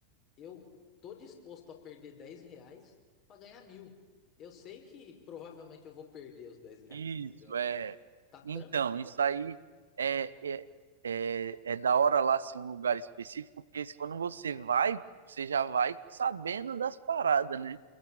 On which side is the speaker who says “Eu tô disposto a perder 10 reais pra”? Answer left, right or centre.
Left